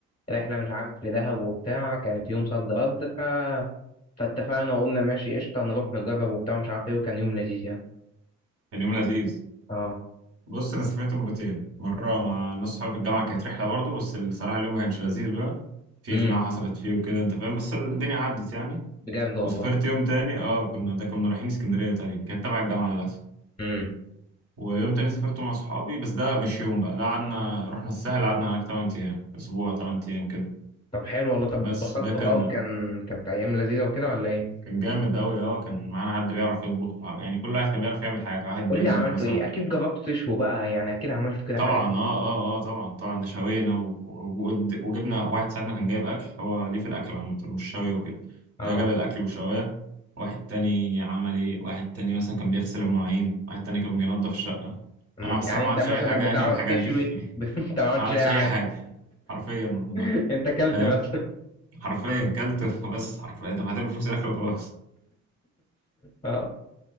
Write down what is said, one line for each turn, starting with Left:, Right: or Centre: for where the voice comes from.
Left: رحلة مش عارف لدهب وبتاع كانت يوم صد رد ف فاتفقنا وقلنا ماشي قشطة نروح نجرب وبتاع مش عارف ايه وكان يوم لذيذ يعني
Right: كان يوم لذيذ
Left: اه
Right: بص انا سافرت مرتين مره مع ناس صحابي في الجامعه كانت رحله برضه بس الصراحه اليوم ما كانش لذيذ بقى في
Left: امم
Right: خناقه حصلت فيه وكده انت فاهم بس الدنيا عدت يعني
Left: بجد والله
Right: وسافرت يوم تاني اه كنا ده كنا رايحين اسكندريه تقريبا كانت تبع الجامعه للاسف
Left: امم
Right: ويوم تاني سافرت مع صحابي بس ده مش يوم بقى ده قعدنا رحنا الساحل قعدنا هناك 8 ايام اسبوع 8 ايام كده
Left: طب حلو والله طب
Right: بس
Left: اتبسطت
Right: ده كان
Left: بقى وكان كانت أيام لذيذة وكده ولا ايه؟
Right: كان جامد قوي اه كان معانا حد بيعرف يطبخ يعني كل واحد كان بيعرف يعمل حاجه واحد
Left: قول
Right: بيطبخ
Left: لي عملته
Right: مثلا
Left: ايه اكيد جربت تشوي بقى يعني اكيد عملت كده
Right: طبعا
Left: حاجه
Right: اه اه اه طبعا طبعا ده شوينا و- و- وجبنا واحد ساعتنا كان جايب اكل هو ليه في الاكل عامه مش شوي وكده
Left: اه
Right: ده جاب الاكل وشواه واحد تاني عمل ايه واحد تاني مثلا كان بيغسل المواعين واحد تاني كان بينظف الشقه
Left: أمم،
Right: انا الصراحه
Left: يعني انت
Right: ما عملتش
Left: مثلا
Right: اي حاجه
Left: بتعرف
Right: يعني من الحاجات
Left: تشوي
Right: دي <laughs>
Left: <laughs> بس انت ما عملتش
Right: ما عملتش
Left: اي
Right: اي
Left: حاجه
Right: حاجه حرفيا والله
Left: <laughs> انت اكلت
Right: فاهم
Left: بس <laughs>
Right: حرفيا كلت <laughs> بس حرفيا دفعت له فلوس الاكل وخلاص
Left: اه